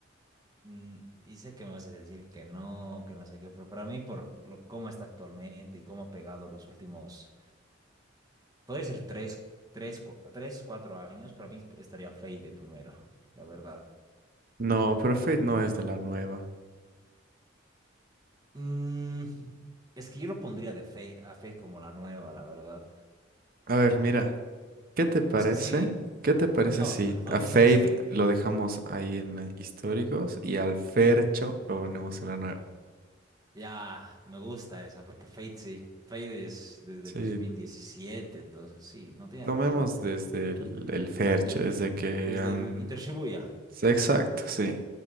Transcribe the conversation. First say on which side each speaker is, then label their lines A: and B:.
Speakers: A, on the right; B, on the right.
A: mm, y sé que me vas a decir que no, que no sé qué, pero para mí, por lo, cómo está actualmente y cómo ha pegado los últimos, puede ser tres, tres, cua- tres, cuatro años, para mí estaría Fade primero, <laughs> la verdad.
B: No, pero Fate no es de la nueva.
A: Mm, es que yo lo pondría de Fade, a Fade como la nueva, la verdad.
B: A ver, mira, ¿qué te parece?
A: Es que sí,
B: ¿Qué te parece
A: no,
B: si
A: aunque
B: a Fate
A: ¿sabes qué?
B: lo dejamos ahí en la- históricos y al Fercho lo ponemos en la nueva?
A: Ya, me gusta esa, porque Fade sí. Fade es desde
B: Sí,
A: el 2017, entonces sí, no tiene
B: tomemos
A: razón.
B: desde el, el Fercho,
A: De-
B: desde que
A: Desde,
B: han...
A: el Inter Shibuya,
B: Sí, Exacto, sí.